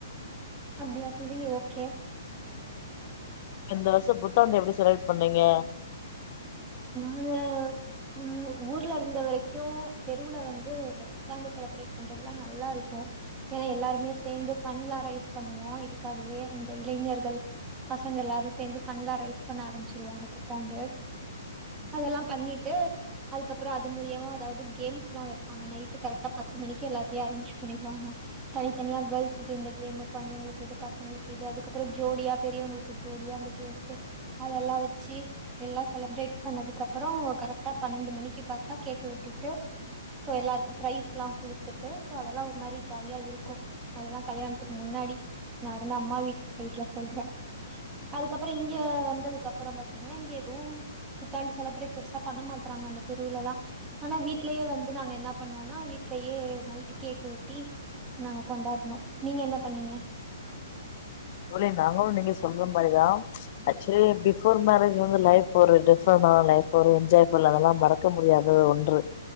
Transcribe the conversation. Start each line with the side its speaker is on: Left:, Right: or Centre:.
Right: அப்டியா தோழி ஓகே
Left: இந்த வருஷோ புத்தாண்டு எப்டி செலிப்ரேட் பண்ணீங்க
Right: நாங்க ம் ஊர்ல இருந்த வரைக்கு தெருவுல வந்து இந்த புத்தாண்டு செலிப்ரேட் பண்றதுல்லா நல்லா இருக்கு ஏன்னா எல்லாருமே சேந்து ஃபன்ட்லா ரைஸ் பண்ணுவோ இதுக்காகவே இந்த இளைஞர்கள் பசங்க எல்லாரு சேந்து ஃபன்ட்லா ரைஸ் பண்ண ஆரம்பச்சிருவாங்க புத்தாண்டு அதெல்லா பண்ணிட்டு அதுக்கப்றோ அது மூலியமா அதாவது கேம்ஸ் எல்லா வைப்பாங்க நைட் கரெக்டா பத்து மணிக்கு எல்லாத்தையு அரேஞ்ச் பண்ணிருவாங்க தனித்தனியா கேள்ஸ்சுக்கு இந்த கேமு கொழந்தைங்களுக்கு இது பசங்களுக்கு இது அதுக்கப்றோ ஜோடியா பெரியவங்களு க்கு ஜோடியா அந்த கேம்ஸ்சு அதெல்லா வெச்சு எல்லா செலிப்ரேட் பண்ணதுக்கப்றோ கரெக்டா பன்னெண்டு மணிக்கு பாத்தா கேக்க வெட்டிட்டு சோ எல்லார்க்கு ப்ரைஸ் எல்லா குடுத்துட்டு சோ அதெல்லா ஒரு மாரி ஜாலியா இருக்கு அதெல்லா கல்யாணத்துக்கு முன்னாடி நா இருந்த அம்மா வீட்டு சைட்டுல சொல்றே அதுக்கப்றோ இங்க வந்ததுக்கு அப்றோ பாத்தீங்க இங்க எதுவு புத்தாண்டு செலிப்ரேட் பெருசா பண்ண மாட்றாங்க அந்த தெருவுல எல்லா ஆனா வீட்லயே வந்து நாங்க என்ன பண்ணோன்னா வீட்லயே நைட்டு கேக்கு வெட்டி நாங்க கொண்டாட்னோ நீங்க என்ன பண்ணீங்க
Left: தோழி நாங்களு நீங்க சொல்ற மாரிதா ஆக்சுலி பிஃபோர் மேரேஜ் வந்து லைஃப் ஒரு டிஃப்ரெண்டான லைஃப் ஒரு என்ஜாய் ஃபுல் அதெல்லா மறக் க்க முடியாத ஒன்று